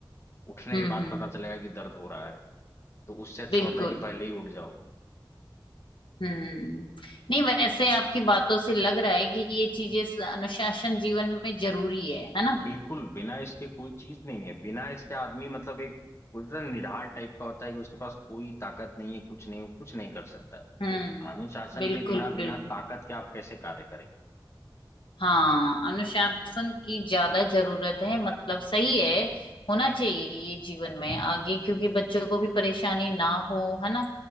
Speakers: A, on the left (about 30°); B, on the left (about 75°).
A: उठने
B: हम्म
A: के बाद
B: हम्म
A: पता चलेगा कि दर्द हो रहा है तो उससे अच्छा
B: बिल्कुल
A: होता है कि पहले ही उठ जाओ
B: हम्म नहीं वैसे आपकी बातों से लग रहा है कि ये चीजें स- अनुशासन जीवन में जरूरी है है ना
A: बिल्कुल बिना इसके कोई चीज नहीं है बिना इसके आदमी मतलब एक पूरा निढाल टाइप का होता है कि उसके पास कोई ताकत नहीं है कुछ नहीं वो कुछ नहीं कर सकता है
B: हम्म
A: अनुशासन
B: बिल्कुल
A: के बिना
B: बिल्कुल
A: बिना ताकत के आप कैसे कार्य करेंगे
B: हाँ अनुशासन की ज्यादा जरूरत है मतलब सही है होना चाहिए ये जीवन में आगे क्योंकि बच्चों को भी परेशानी ना हो है ना